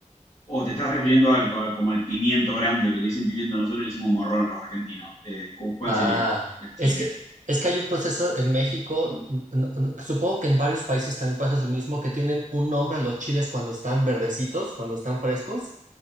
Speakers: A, on the left (about 55°); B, on the right (about 75°).
A: O te estás refiriendo al, al- como al pimiento grande, que le dicen pimiento, nosotros le decimos morrón los argentinos. Eh, cu- ¿cuál
B: Ah,
A: sería? El chile.
B: es que, es que hay un proceso en México, n- n- n- supongo que en varios países también pasa lo mismo, que tienen un nombre a los chiles cuando están verdecitos, cuando están frescos,